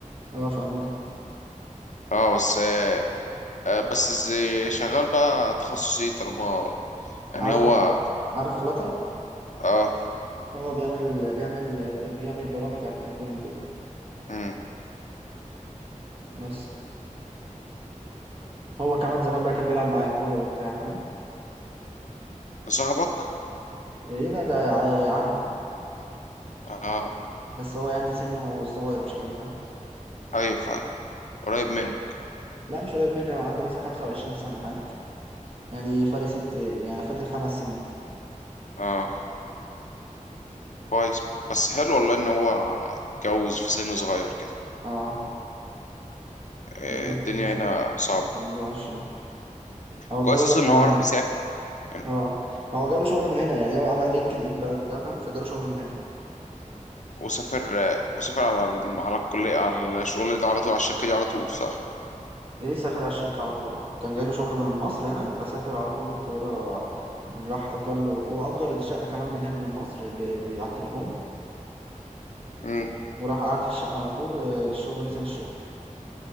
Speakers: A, on the right (about 45°); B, on the left (about 65°).
A: اه في ألمانيا
B: اه بس آه آه، بس زي- شغال بقى تخصصي طالما يعني
A: عارف
B: هو
A: عارف فلاتر
B: اه
A: هو بيعمل بيعمل بيعمل برامج على التليفون وكده
B: امم
A: بس هو كمان زمان بقى كان بيلعب معايا كورة وبتاع فاهم
B: صاحبك
A: ايه لا ده ع- عمي
B: اه
A: بس هو يعني سنه صغير مش كبير فاهم
B: ايوه فاهم قريب منك
A: لا مش قريب مني هو عنده مثلا 25 سنة فاهم يعني فرق ست يعني فرق خمس سنين
B: اه كويس بس حلو والله ان هو اتجوز في سن صغير كده
A: اه
B: آه،
A: متجوز
B: الدنيا هنا
A: في
B: صعبة
A: 24 هو اتجوز
B: كويس اصلا
A: واحدة
B: ان هو
A: ألمانية
B: عارف يسافر يعني
A: اه ما هو جاله شغل من هنا يعني هو عمل لينكد إن بقى وبتاع فاهم فجاله شغل من هنا
B: وسافر آه، وسافر على الم- على الكلية على الشغل ده على طول على الشركة دي على طول صح؟
A: ايه سافر على الشركة على طول اه كان جايله شغل من مصر هنا فسافر على طول بالطيارة راح أجر له وأجر الشقة كمان من هنا من مصر ب... ب... على التليفون
B: امم
A: وراح قعد في الشقة على طول والشغل ونزل الشغل